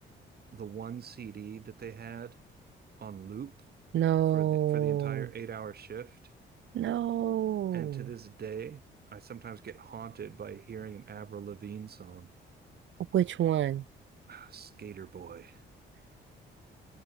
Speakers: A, on the right; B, on the right.
A: the one CD that they had on loop
B: no,
A: for the for the entire eight hour shift.
B: no.
A: And to this day, I sometimes get haunted by hearing an Avril Lavigne song,
B: Which one?
A: Skater Boy.